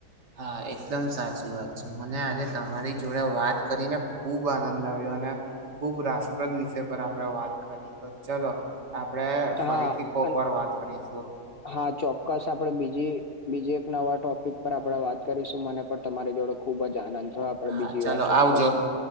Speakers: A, on the right; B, on the left.
A: હા એકદમ સાચી વાત છે મને આજે તમારી જોડે વાત કરીને ખુબ આનંદ આવ્યો અને ખુબ રાપ્રદ વિષય પર આપણે વાત કરી તો ચલો આપડણે ફરીથી
B: હા
A: કોક
B: અન
A: વાર વાત કરીશું.
B: હા ચોક્કસ આપણે બીજી બીજ એક નવા ટોપિક પર આપણેે વાત કરીશું મને પણ તમારી જોડે ખુબ જ આનંદ થયો પણ
A: હા
B: બીજી
A: ચાલો
B: વાર ચોક્કસ
A: આવજો.
B: મને